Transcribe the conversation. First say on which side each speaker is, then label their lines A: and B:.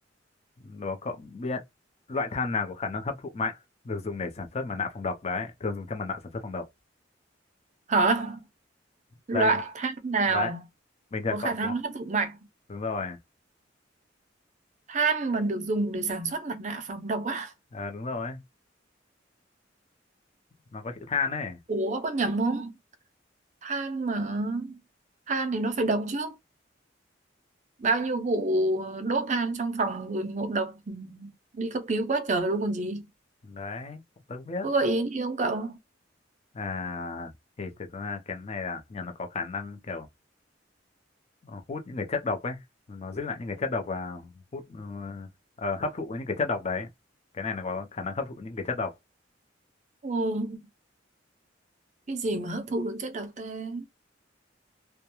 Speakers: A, on the left (about 35°); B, on the right (about 40°).
A: đố cậu biết loại than nào có khả năng hấp thụ mạnh được dùng để sản xuất mặt nạ phòng độc đấy thường dùng trong mặt nạ sản xuất phòng độc
B: Hả? Loại
A: đây
B: than nào
A: đấy bình thường
B: có khả
A: cậu
B: năng
A: có
B: hấp thụ mạnh?
A: đúng rồi
B: Than mà được dùng để sản xuất mặt nạ phòng độc á?
A: ờ đúng rồi nó có chữ than ấy
B: Ủa có nhầm không? Than mà than thì nó phải độc chứ. Bao nhiêu vụ ờ, đốt than trong phòng người ngộ độc ừ, đi cấp cứu quá trời luôn còn gì.
A: đấy tôi cũng biết
B: Có gợi ý gì không cậu?
A: à thì thực ra cái này là nhà nó có khả năng kiểu ờ, hút những cái chất độc ấy nó giữ lại những cái chất độc và hút ờ, ờ, hấp thụ những cái chất độc đấy cái này nó có khả năng hấp thụ những cái chất độc
B: Ừ, cái gì mà hấp thụ được chất độc ta?